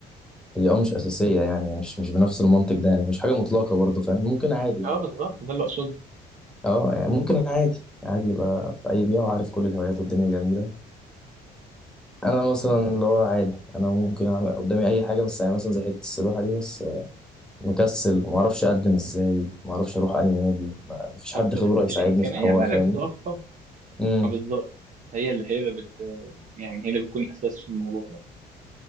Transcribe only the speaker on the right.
اه بالظبط ده اللي اقصده
طب
الامكانيه
بقى
اللي بتتوفر
آه، بالظبط هي اللي هي اللي بت يعني هي اللي بتكون الاساس في الموضوع ده